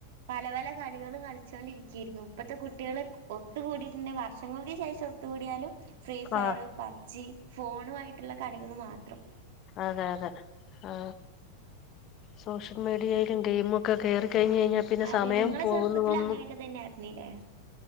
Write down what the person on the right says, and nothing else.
പല പല കളികളും കളിച്ചോണ്ടിരിക്യയ്‌രിക്കും ഇപ്പത്തെ കുട്ട കുട്ട്യാള് ഒത്തുകൂഡീറ്റ്ണ്ടേ വർഷങ്ങൾക്ക് ശേഷം ഒത്തുകൂഡിയാലും ഫ്രീ ഫയറും
പബ്ജി ഫോണു ആയിട്ടുള്ള കളികള് മാത്രം
അതെ
നിങ്ങളെ
ചെറുപ്പത്തിൽ അങ്ങനെയൊക്കെ തന്നെ ആയിരുന്നില്ലേ